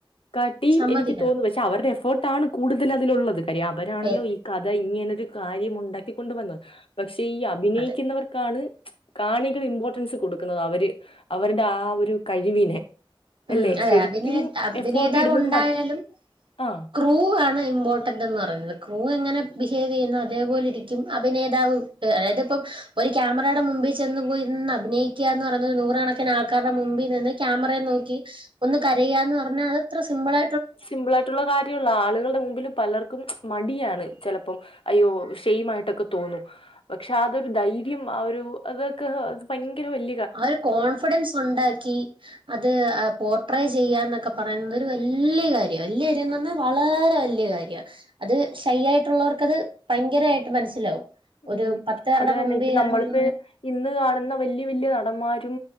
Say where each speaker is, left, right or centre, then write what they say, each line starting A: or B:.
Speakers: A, on the left; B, on the right.
A: കാട്ടീം
B: സമ്മതിക്കണം
A: എനിക്ക് തോന്നുന്നു പക്ഷെ അവരുടെ എഫേർട്ട് ആണ് കൂടുതൽ അതിലുള്ളത് കാര്യം അവരാണല്ലോ
B: ഏ
A: ഈ കഥ ഇങ്ങനൊരു കാര്യം ഉണ്ടാക്കിക്കൊണ്ട് വന്നു. പക്ഷെ ഈ അഭിനയിക്കുന്നവർക്കാണ്
B: അതെ
A: കാണികൾ ഇമ്പോർട്ടൻസ് കൊടുക്കുന്നത് അവര് അവരുടെ ആ ഒരു കഴിവിനെ.
B: ഉം
A: അല്ലെ
B: അതെ
A: ശരിക്കും
B: അഭിനേ അഭിനേതാവ്
A: എഫോർട്ട് ഇടുന്നത്
B: ഉണ്ടായാലും
A: മ ആ
B: ക്രൂ ആണ് ഇമ്പോർട്ടൻറ് എന്ന് പറയുന്നത്. ക്രൂ എങ്ങനെ ബിഹേവ് ചെയ്യുന്നു അതേപോലെ ഇരിക്കും അഭിനേതാവ്. അതായത് ഇപ്പം. ഒരു ക്യാമറയുടെ മുമ്പിൽ ചെന്ന് പോയിരുന്ന് അഭിനയിക്ക എന്ന് പറയുന്നത് നൂറുകണക്കിന് ആൾക്കാരുടെ മുമ്പിൽ നിന്ന് ക്യാമറയെ നോക്കി ട്ട് ഒന്ന് കരയാന്ന് പറഞ്ഞാ അതത്ര സിമ്പിളാ
A: സിമ്പിളായിട്ടുള്ള കാര്യല്ല. ആളുകളുടെ മുമ്പിലും പലർക്കും മടിയാണ് ചിലപ്പം അയ്യോ ഷെയിമായിട്ടൊക്കെ തോന്നും പക്ഷെ അതൊരു ധൈര്യം ആ ഒരു അതൊക്കെ. ഭയങ്കര വല്യ
B: ആ ഒരു കോൺഫിഡൻസ് ഉണ്ടാക്കി അത് പോർട്രേ ചെയ്യാന്നൊക്കെ പറയുന്നത് ഒരു വല്യ കാര്യാ. വല്യ കാര്യംന്നു പറഞ്ഞാ വളരെ വലിയ കാര്യാ. അത് ശൈയായിട്ടുള്ളവർക്കത് ഭയങ്കരമായിട്ട് മനസ്സിലാവും. ഒരു
A: ഉം
B: പത്ത് പേരുടെ
A: അത് തന്നെ
B: മുമ്പിൽ
A: ഇപ്പം നമ്മളിപ്പ
B: ഇറങ്ങിന്ന്
A: ഇന്ന് കാണുന്ന വല്യ വല്യ നടന്മാരും